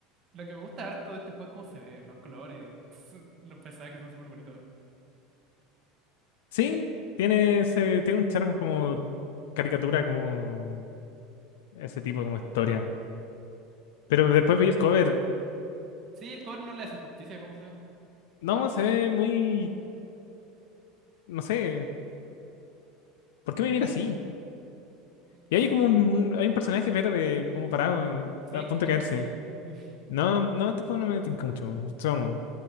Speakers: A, on the right; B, on the left.
A: lo que me gusta harto de este juego es cómo se ve, los colores, <laughs> los paisajes son súper bonitos.
B: Sí, tiene ese, tiene un charm como caricatura, como ese tipo, como historia. Pero después veí el cover
A: Sí, el cover no le hace justicia a cómo se ve.
B: No, se ve muy, no sé, ¿por qué me mira así? Y
A: Sí,
B: hay como un, un- hay un personaje verde como parado, eh,
A: sí,
B: a
A: como
B: punto
A: puesto
B: de caerse.
A: encima. <laughs>
B: No, no, este juego no me tinca mucho. Somos.